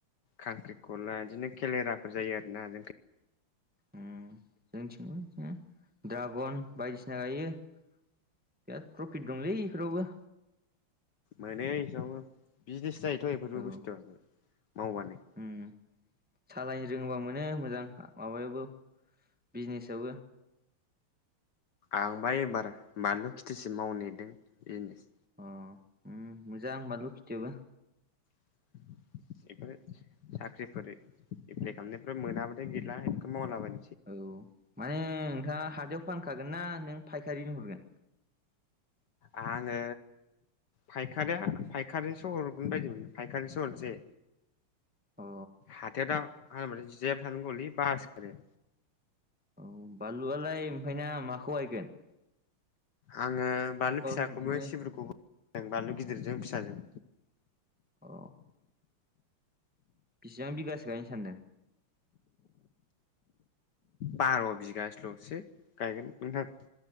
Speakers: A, on the left (about 60°); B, in the centre.
A: खांख्रिखला बिदिनो केलेराफोर जायो आर ना जोंखै।
B: उम जोंथिंबो बिदिनो ड्रागन बायदिसिना गायो। बिराद प्रफिट दंलै इफोरावबो।
A: मोनो इसावबो बिजनेस जायोथ' बेफोरबो
B: औ
A: बुस्थुआ मावबानो।
B: उम सालायनो रोङोबा मोनो मोजां माबायावबो बिजनेस <unintelligible>
A: आंबा एबार बानलु खिथिसो मावनोनेदों बिजनेस
B: अ उम मोजां बानलु खिथियाबो।
A: <inaudible> बेफोरो साख्रिफोर एप्लाइ खालामनायफ्रा मोनाबाथाय गैला बेफोरखौ मावलाबानो
B: औ माने नोंथाङा हाथाइआव फानखागोन ना नों फायखारिनो हरगोन।
A: आङो फायखारिया फायखारिसो हरगोन बायदिमोन फायखारिसो हरनोसै।
B: अ
A: हाथाइआवथ' मा होनो मोनलाय जिरायबाय थानांगलै बासो गारो।
B: औ बानलुआलाय ओमफ्राय ना माखौ गायगोन?
A: आङो बानलु फिसाखौबो
B: बिदिनो
A: सिब्रुखौबो <unintelligible> बानलु गिदिरजों फिसाजों।
B: अ बिसिबां बिगासो गायनो सानदों?
A: बार' बिगासोल'सो गायगोन नोंथां।